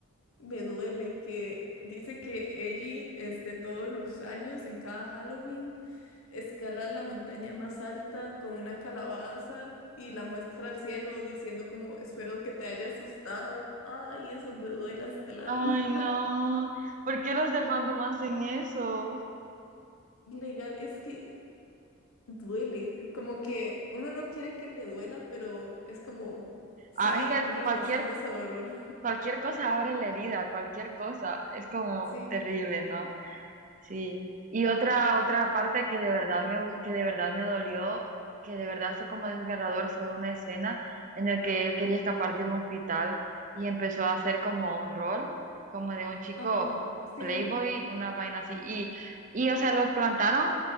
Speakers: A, on the left; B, on the right.
A: me duele que dice que Ellie, este, todos los años, en cada Halloween, escala la montaña más alta con una calabaza y la muestra al cielo diciendo como, espero que te haya asustado. Ay, eso me duele hasta el alma.
B: Ay, no. ¿Por qué los del fandom hacen eso?
A: <laughs> Legal, es que duele, como que uno no quiere que le duela, pero es como, siguen
B: Ah, es que
A: reforzando
B: cualquier,
A: ese dolor. <laughs>
B: cualquier cosa abre la herida, cualquier cosa. Es como
A: Sí.
B: terrible, ¿no? Sí, y otra otra parte que de verdad me que de verdad me dolió, que de verdad fue como desgarrador, fue una escena en la que él quería escapar de un hospital y empezó a hacer como un rol, como de un chico
A: Ajá, sí,
B: playboy, una vaina así y y o sea, lo plantaron